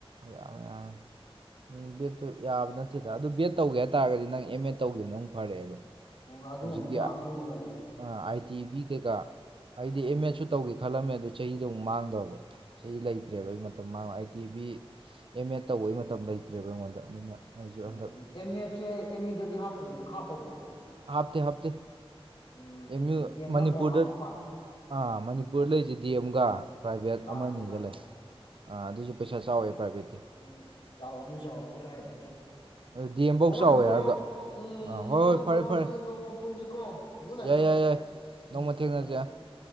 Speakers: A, on the right; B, on the left.
A: ꯌꯥꯝꯃꯦ ꯌꯥꯝꯃꯦ ꯕꯦꯠꯇꯨ ꯌꯥꯕ ꯅꯠꯇꯦ ꯁꯤꯗ ꯑꯗꯨ ꯕꯦꯠ ꯇꯧꯒꯦ ꯍꯥꯏ ꯇꯥꯔꯒꯗꯤ ꯅꯪ ꯑꯦꯝ ꯑꯦ ꯇꯧꯈꯤꯕ ꯅꯪ ꯐꯔꯛꯑꯦꯕ
B: ꯎꯝ ꯑꯗꯨ
A: ꯍꯧꯖꯤꯛꯀꯤ
B: ꯑꯃꯨꯛ ꯂꯥꯛꯇꯣꯏꯅꯦꯕ
A: ꯑꯥꯏ ꯇꯤ ꯚꯕꯤ ꯀꯩꯀꯥ ꯑꯩꯗꯤ
B: ꯎꯝ
A: ꯑꯦꯝ ꯑꯦꯠꯁꯨ ꯇꯧꯒꯦ ꯈꯜꯂꯝꯃꯦ ꯑꯗꯨ ꯆꯍꯤꯗ ꯑꯃꯨꯛ ꯃꯥꯡꯗꯣꯔꯕ ꯆꯍꯤ
B: ꯎꯝ
A: ꯂꯩꯇ꯭ꯔꯦꯕ ꯑꯩ ꯃ ꯑꯥꯏ ꯇꯤ ꯕꯤ ꯑꯦꯝ ꯑꯦꯗ ꯇꯧꯕꯒꯤ ꯃꯇꯝ ꯂꯩꯇ꯭ꯔꯦꯕ ꯑꯩꯉꯣꯟꯗ ꯑꯗꯨꯅ ꯑꯩꯁꯨ
B: ꯎꯦꯝ
A: ꯍꯟꯗꯛ
B: ꯑꯦꯝ ꯑꯦꯠꯁꯦ ꯑꯦꯝ ꯌꯨꯗꯗꯤ ꯍꯥꯞꯄꯕꯣ
A: ꯍꯥꯞꯇꯦ ꯍꯥꯞꯇꯦ
B: ꯎꯝ
A: ꯑꯦꯝ ꯌꯨ
B: ꯗꯦꯝꯅ
A: ꯃꯅꯤꯄꯨꯔꯗ
B: ꯑꯃꯨꯛ ꯍꯥꯞꯄ ꯃꯥꯜꯂꯦ
A: ꯑꯥ ꯃꯅꯤꯄꯨꯔ ꯂꯩꯁꯤ ꯗꯤ ꯑꯦꯝꯒ ꯄ꯭ꯔꯥꯏꯚꯦꯠ
B: ꯑꯥꯔ
A: ꯑꯃ
B: ꯀꯦꯒ
A: ꯑꯅꯤꯒ ꯂꯩ ꯑꯗꯨꯁꯨ ꯄꯩꯁꯥ ꯆꯥꯎꯋꯦ
B: ꯑꯥꯔ ꯀꯦ
A: ꯄ꯭ꯔꯥꯏꯚꯦꯠꯇꯤ
B: ꯎꯝ ꯆꯥꯎꯔꯝꯅꯤ ꯆꯥꯎꯔꯝꯅꯤ ꯀꯥꯔꯥꯏꯗꯒꯤ
A: ꯑꯗꯨ ꯗꯤ ꯑꯦꯝꯐꯧ
B: ꯍꯣꯏꯕ꯭ꯔꯣ
A: ꯆꯥꯎꯋꯦ ꯍꯥꯏꯔꯒ
B: ꯎꯝ
A: ꯑꯥ ꯍꯣꯏ
B: ꯍꯣꯏꯕ꯭ꯔꯣ
A: ꯍꯣꯏ ꯐꯔꯦ
B: ꯑꯗꯨꯅ
A: ꯐꯔꯦ
B: ꯅꯣꯡꯃ ꯄꯨꯟꯁꯤꯀꯣ ꯒꯨꯠꯅꯥꯏꯠ
A: ꯌꯥꯏ
B: ꯒꯨꯠꯅꯥꯏꯠ
A: ꯌꯥꯏ ꯌꯥꯏ
B: ꯎꯝ
A: ꯅꯣꯡꯃ ꯊꯦꯡꯅꯁꯦ
B: ꯊꯝꯃꯦ ꯊꯝꯃꯦ ꯎꯝ